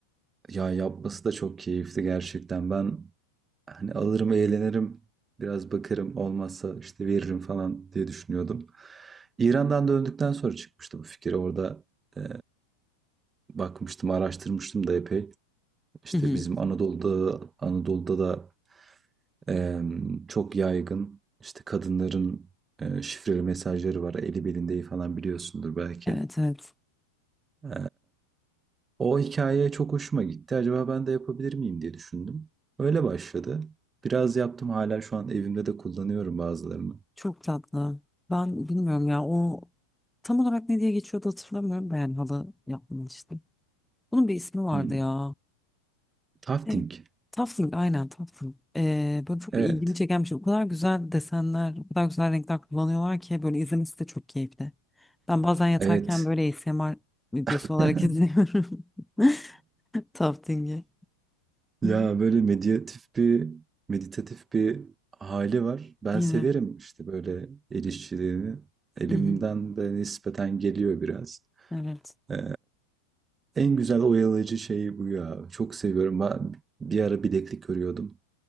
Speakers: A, on the right (about 20°); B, in the centre.
A: Ya yapması da çok keyifli gerçekten. Ben hani alırım, eğlenirim, biraz bakarım, olmazsa işte veririm falan diye düşünüyordum. İran'dan döndükten sonra çıkmıştı bu fikir. Orada e, bakmıştım, araştırmıştım da epey. İşte
B: Hı hı.
A: bizim Anadolu'da Anadolu'da da e, çok yaygın işte kadınların e, şifreli mesajları var. Eli belinde falan biliyorsundur belki.
B: Evet evet.
A: E, O hikaye çok hoşuma gitti. Acaba ben de yapabilir miyim diye düşündüm. Öyle başladı. Biraz yaptım hala şu an evimde de kullanıyorum bazılarını.
B: Çok tatlı. Ben bilmiyorum ya o tam olarak ne diye geçiyordu hatırlamıyorum. Ben halı yapmıştım. Bunun bir ismi vardı
A: Hmm.
B: ya.
A: Tafting.
B: Şey, Tafting aynen Tafting. Ee, böyle çok
A: Evet.
B: ilgimi çeken bir şey. O kadar güzel desenler, o kadar güzel renkler kullanıyorlar ki böyle izlemesi de çok keyifli. Ben bazen yatarken
A: Evet.
B: böyle ASMR videosu
A: <laughs>
B: olarak izliyorum. <laughs> Tafting'i.
A: Ya
B: Hı,
A: böyle meditatif bir meditatif bir hali var. Ben
B: Evet.
A: severim işte böyle el işçiliğini. Elimden
B: Hı hı,
A: de nispeten geliyor biraz.
B: Evet.
A: Ee, en güzel oyalayıcı şey bu ya. Çok seviyorum. Ben bir ara bileklik örüyordum.